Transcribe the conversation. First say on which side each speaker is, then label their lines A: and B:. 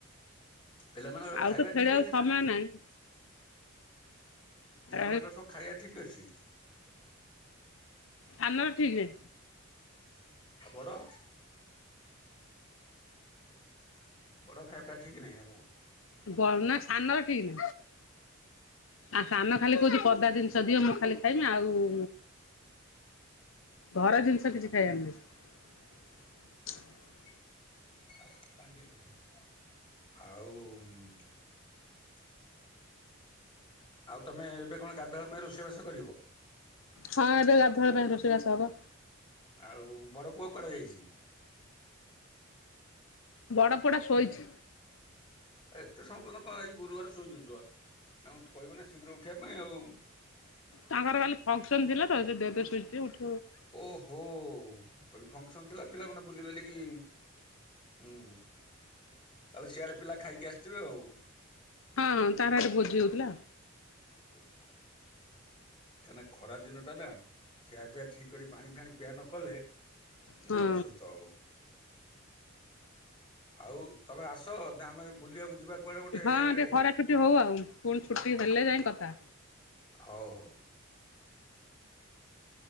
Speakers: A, on the left (about 25°); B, on the left (about 70°).
A: ପିଲାମାନଙ୍କର
B: ଆଉ
A: ଖାଇବା
B: ତ ଖେଳିବାକୁ
A: ଠିକ ଅଛି
B: ସମୟ
A: ନା
B: ନାହିଁ
A: ପିଲାମାନାନଙ୍କ
B: ଏ
A: ସବୁ ଖାଇବା ଠିକ ଅଛି।
B: ଆମର ଠିକ
A: ଆଉ ବଡ ବଡ ଖାଇ ପି ଠିକ ନାଇଁ ନା କ
B: ଗନା ସାନର <inaudible> ଆ ସାନ ଖାଲି କହୁଛି ପଦା ଜିନିଷ ଦିଅ ମୁଁ ଖାଲି ଖାଇମି ଆଉ ଘର ଜିନିଷ କିଛି ଖାଇବାର ନାହି।
A: ଆଉ। ଆଉ ତମେ ଏବେ କଣ ଗାଧୁଆ ପାଇଁ ରୋଷେଇବାସ କରିବ।
B: ହଁ ଏବେ ଗାଧଳ ପାଇଁ ରୋଷେଇବାସ ହବ।
A: ଆଉ ବଡ ପୁଅ କରାଯାଇଛି।
B: ବଡ଼ ପଡ଼ା ସଇଚ
A: ଏତେ ସମୟ କ କଣ ଏଇ ଗୁରୁବାର ସୁୋଇଯଛୁ ଆଉ କହିବ ନା ଶୀଘ୍ର ଉଠିବା ପାଇଁ ଆଉ।
B: ତାଙ୍କର କାଲି ଫଙ୍କସନ ଥିଲା ତ ସେ ଦେ ଠ
A: ଓହୋ କ ଫଙ୍କସନ ଥିଲା ପିଲାମାନେ ବୁଲି ବଲିକି ହଁ। ତାହେଲେ ସିଆଡେ ପିଲା ଖାଇକି ଆସିଥିବେ ଆଉ।
B: ହଁ ତାର ଏଠି ଭୋଜି ହଉଥିଲା
A: <inaudible> କାହିଁକି ଖରା ଦିନ ଟା ନା ଖିଆ ପିଆ ଠିକ କରି ପାଣି ଫାଣି ପିଆ ନ କଲେ
B: ହଁ।
A: ଦେହ ଅସୁସ୍ଥ ହବ। ଆଉ ତମେ ଆସ ନା ଆମେ ବୁଲିବାକୁ ଯିବା। କୁଆଡେ ଗୋଟେ
B: ହଁ
A: ଆଡେ।
B: ଟିକେ ଖରା ଛୁଟି ହଉ ଆଉ ପୁଣି ଛୁଟି ହେଲେ ଯାଇ କଥା।
A: ହଉ ହଉ।